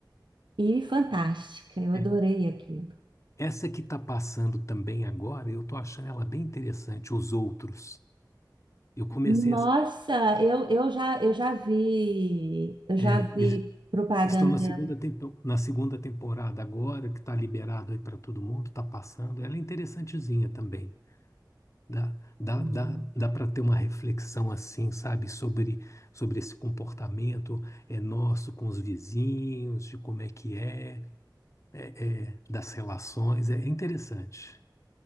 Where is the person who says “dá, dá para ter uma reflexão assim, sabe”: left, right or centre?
Left